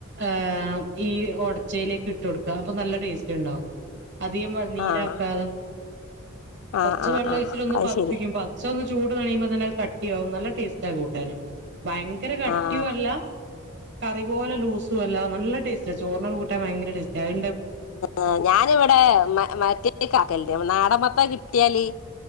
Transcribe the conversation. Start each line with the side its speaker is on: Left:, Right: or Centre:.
Right: ഏഹ് ഈ ഒടച്ചയിലേക്ക് ഇട്ട് കൊടുക്കുക. അപ്പൊ നല്ല ടേസ്റ്റ് ഉണ്ടാവും അധികം വ നീരാക്കാതെ.
Left: ആഹ്
Right: കൊർച്
Left: ആഹ് ആഹ്
Right: വെള്ളം
Left: ആഹ്
Right: ഒഴിച്ചിട്ടൊന്ന്
Left: അത്
Right: പതിപ്പിക്കും
Left: ശരി
Right: പതച്ച ന്ന് ചൂട് കണിയുമ്പോ തന്നെ അത് കട്ടിയാവും നല്ല ടേസ്റ്റ കൂട്ടാന്. ഭയങ്കര കട്ടിയു
Left: ആഹ്
Right: അല്ല കറി പോലെ ലൂസും അല്ല നല്ല ടേസ്റ്റ. ചോർണ്ണ കെ കൂട്ടാൻ ഭയങ്കര ടേസ്റ്റ. അഹ്
Left: ആഹ് ഞാനിവിടെ മ മറ്റേയ്കെ ആകൽണ്ട് നാടൻമത്തൻ കിട്ടിയാല്